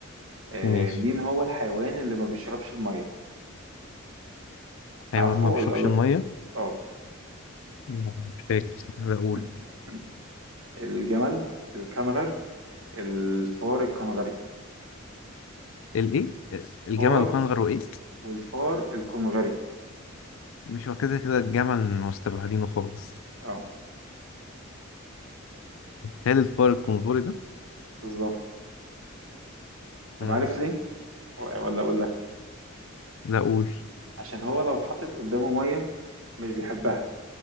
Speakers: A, on the right; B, on the left.
A: آه،
B: ماشي
A: مين هو الحيوان اللي ما بيشربش المية عارفه
B: حيوان ما
A: ولا
B: بيشربش
A: اقول لك
B: الميه
A: اه
B: لا، مش فاكر اقول
A: <laughs> الجمل الكنغر الفار الكنغري
B: الايه الجمل
A: فار
B: وكان غيره ايه
A: والفار الكنغري
B: مش هو كده كده الجمل مستبعدينه خالص
A: اه
B: هل الفار الكنغوري ده
A: بالظبط طب
B: آه.
A: عارف ليه ولا اقول لك
B: لا اقول
A: عشان هو لو اتحطت قدامه مية مش بيحبها